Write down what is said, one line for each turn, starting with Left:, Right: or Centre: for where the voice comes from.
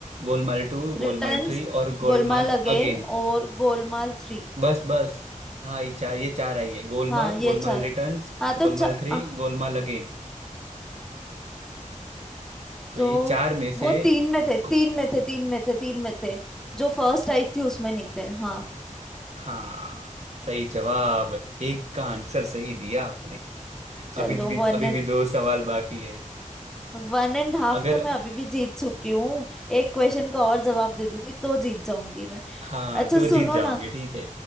Right: गोलमाल टू
Centre: रिटर्न्स
Right: गोलमाल थ्री और गोलमाल
Centre: गोलमाल अगेन
Right: अगेन
Centre: और गोलमाल थ्री
Right: बस बस हाँ ये चार ये चार आई है Golmaal
Centre: हाँ ये
Right: Golmaal
Centre: चार
Right: returns
Centre: हाँ तो
Right: Golmaal
Centre: चा,
Right: three
Centre: आह,
Right: Golmaal again तो
Centre: तो
Right: ये चार में से
Centre: वो तीन में थे तीन
Right: को-
Centre: में थे तीन में थे तीन में थे जो फर्स्ट आई थी उसमें नहीं थे हाँ
Right: हाँ सही जवाब एक का आंसर सही दिया आपने
Centre: चलो
Right: अभी भी
Centre: one
Right: अभी
Centre: and
Right: भी दो सवाल बाकी है
Centre: one and half
Right: अगर
Centre: तो मैं अभी भी जीत चुकी हूँ एक क्वेश्चन का और जवाब दे दूंगी तो जीत जाऊंगी मैं
Right: हाँ
Centre: अच्छा
Right: तो
Centre: सुनो
Right: जीत जाओगे
Centre: ना
Right: ठीक है